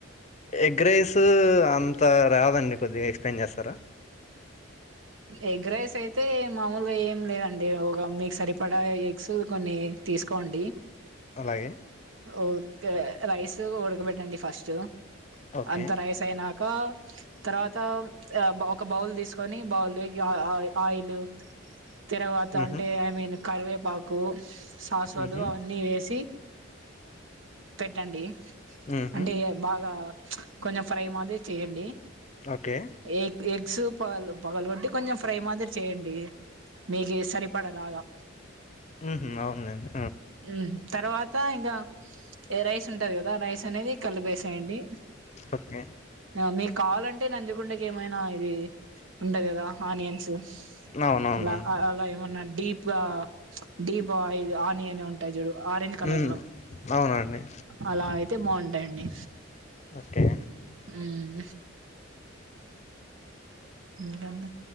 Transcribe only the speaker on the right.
ఎగ్ రైసైతే మామూలుగా ఏం లేదండి ఒక మీకు సరిపడా ఎగ్స్ కొన్నీ తీస్కోండి
ఓగ రైసూ ఉడ్కబెట్టండి ఫస్టు
అంత రైస్ అయ్నాక తర్వాత ఒక బౌల్ తీస్కో కోని బౌల్లో ‌ఆ‌ ఆ ఆయిల్ తర్వాత
అంటే ఐ మీన్ కర్వేపాకు సాస్వలు
అవన్నీ వేసి పెట్టండి
అంటే బాగా కొంచెం ఫ్రై మాదిరి చేయండి
ఎగ్ ఎగ్స్ పగల్ పగలగొట్టి కొంచెం ఫ్రై మాదిరి చేయండి మీగి సరిపడేలాగా
మ్మ్ తర్వాత ఇంగ రైస్ ఉంటది కదా రైస్ అనేది కలిపేసాయండి
ఆ మీకు కావాలంటే నంజుకుండేకి ఏమైనా ఇది <unintelligible> ఉండ గదా ఆనియన్స్
అలా అలా ఏమన్నా డీప్ గ డిప్ ఆయి ఆనియనే ఉంటాయి చూడు ఆరెంజ్ కలర్
లో
అలా అయితే బాగుంటాయి అండీ
ఉం ఇంకా అండి